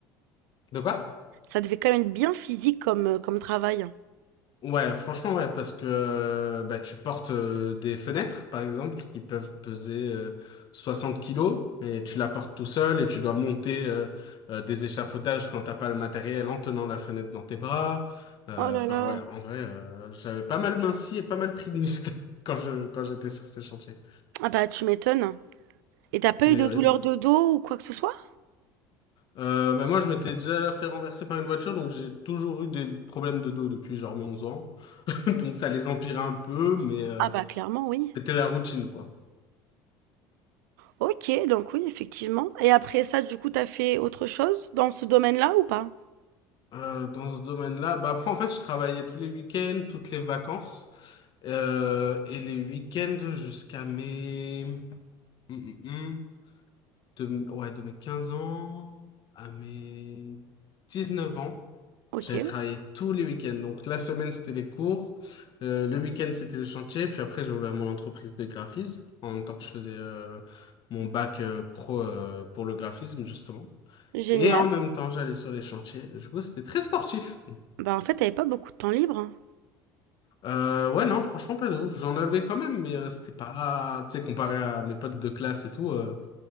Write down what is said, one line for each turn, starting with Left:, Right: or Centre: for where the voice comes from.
Left: de quoi?
Right: Ça devait quand même être bien physique comme, euh, comme travail.
Left: Ouais, franchement, ouais, parce que euh, bah, tu portes euh, des fenêtres, par exemple, qui peuvent peser euh, 60 kilos, et tu la portes tout seul, et tu dois monter euh, euh, des échafaudages quand t'as pas le matériel en tenant la fenêtre dans tes bras. Euh,
Right: Oh là
Left: Enfin,
Right: là.
Left: ouais, en vrai, euh, j'avais pas mal minci et pas mal pris de muscles <laughs> quand je, quand j'étais sur ces chantiers.
Right: Ah bah tu m'étonnes. Et t'as pas
Left: Mais
Right: eu de
Left: ouais,
Right: douleur de dos ou quoi que ce soit?
Left: Euh, bah moi, je m'étais déjà fait renverser par une voiture, donc j'ai toujours eu des problèmes de dos depuis genre mes 11 ans. <laughs> Donc ça les empirait un peu, mais euh,
Right: Ah bah clairement oui.
Left: c'était la routine, quoi.
Right: Ok, donc oui, effectivement. Et après ça, du coup, t'as fait autre chose dans ce domaine-là ou pas?
Left: Euh, dans ce domaine-là, bah après, en fait, je travaillais tous les week-ends, toutes les vacances, euh, et les week-ends jusqu'à mes... Hum, hum, hum. De, ouais, de mes 15 ans à mes 19 ans.
Right: Ok,
Left: J'avais travaillé tous les week-ends. Donc la semaine, c'était les cours. Euh, le week-end, c'était les chantiers Puis après, j'ai ouvert mon entreprise de graphisme en même temps que je faisais euh, mon bac euh, pro euh, pour le graphisme, justement.
Right: génial.
Left: Et en même temps, j'allais sur les chantiers. Du coup, c'était très sportif.
Right: Bah en fait, t'avais pas beaucoup de temps libre. hein.
Left: Euh, ouais, non, franchement, pas de ouf. J'en avais quand même, mais euh, c'était pas... Tu sais, comparé à mes potes de classe et tout, euh,